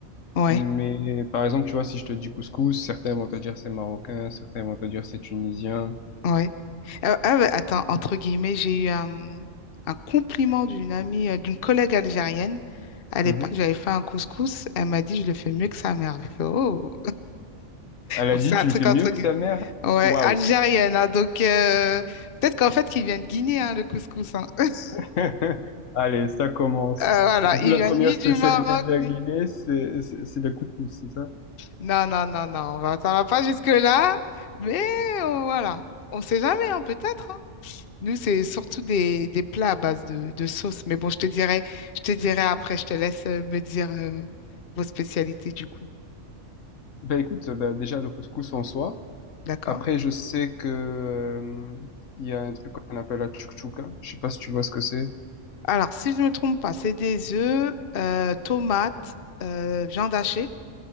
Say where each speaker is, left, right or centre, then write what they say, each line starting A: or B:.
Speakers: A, on the left; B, on the left.
A: oui,
B: Mais par exemple, tu vois, si je te dis couscous, certains vont te dire c'est marocain, certains vont te dire c'est tunisien.
A: oui. Euh, ah, bah, attends, entre guillemets, j'ai eu un, un compliment d'une amie, euh, d'une collègue algérienne. À l'époque,
B: Mhm.
A: j'avais fait un couscous. Elle m'a dit, je le fais mieux que sa mère. J'ai fait, oh,
B: Elle
A: Bon,
B: a dit,
A: c'est
B: tu
A: un truc
B: le fais
A: entre
B: mieux que
A: guillemets.
B: sa mère?
A: Ouais,
B: Waouh!
A: algérienne. hein, donc, euh, peut-être qu'en fait, qu'il vient de Guinée, hein, le couscous. hein. <laughs>
B: <laughs> Allez, ça commence.
A: Euh, voilà,
B: Du
A: il
B: coup, la
A: vient
B: première
A: ni
B: spécialité
A: du Maroc,
B: de la
A: ni...
B: Guinée, c'est c'est- c'est le couscous, c'est ça?
A: Non, non, non, non, on va- ça va pas jusque-là, mais euh, voilà, on sait jamais, hein, peut-être. hein. Nous, c'est surtout des, des plats à base de, de sauce, mais bon, je te dirai, je te dirai après, je te laisse euh, me dire euh, vos spécialités du coup,
B: Ben écoute, ben, déjà le couscous en soi.
A: d'accord?
B: Après, je sais que, euh, il y a un truc qu'on appelle la tchouktchouka. Je sais pas si tu vois ce que c'est.
A: Alors, si je ne me trompe pas, c'est des œufs, euh, tomates, euh, viande hachée